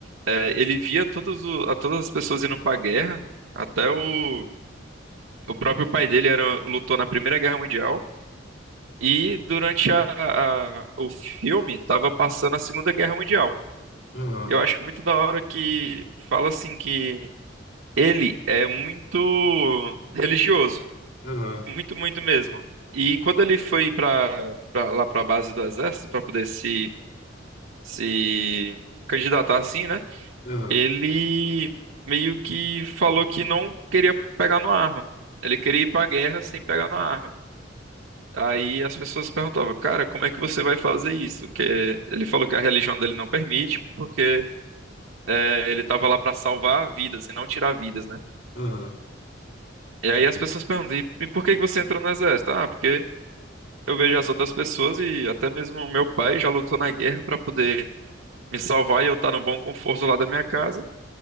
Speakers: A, on the right (about 85°); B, on the left (about 65°).
A: é, ele via todos o- a todas as pessoas indo pra guerra. Até o, o próprio pai dele era, lutou na Primeira Guerra Mundial. E durante a, a- o filme, tava passando a Segunda Guerra Mundial.
B: Aham,
A: E eu acho muito da hora que fala assim que. Ele é muito religioso,
B: aham,
A: muito, muito mesmo. E quando ele foi para lá para a base do exército para poder se se candidatar assim, né?
B: aham,
A: Ele meio que falou que não queria pegar numa arma. Ele queria ir para a guerra sem pegar numa arma. Aí as pessoas perguntavam, cara, como é que você vai fazer isso? Que ele falou que a religião dele não permite, porque eh, ele estava lá para salvar vidas e não tirar vidas, né?
B: aham.
A: E aí as pessoas perguntam, e e por que que você entrou no exército? Ah, porque eu vejo as outras pessoas e até mesmo o meu pai já lutou na guerra pra poder me salvar e eu estar no bom conforto lá da minha casa.